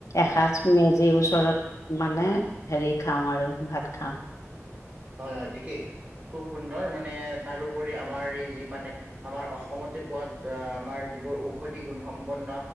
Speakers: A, on the left; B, on the right.
A: এসাঁজ মেজিৰ ওচৰত মানে হেৰি খাওঁ আৰু ভাত খাওঁ।
B: হয় হয় ঠিকেই খুব সুন্দৰ মানে তাৰপৰি আমাৰ এই যি মানে আমাৰ অসমতে পোৱাত আমাৰ যিবোৰ ঔষধি গুণসম্পন্ন